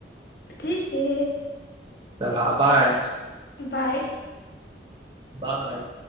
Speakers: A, on the left (about 55°); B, on the right (about 25°).
A: ठीक ये.
B: चला बाय.
A: बाय.
B: बाय.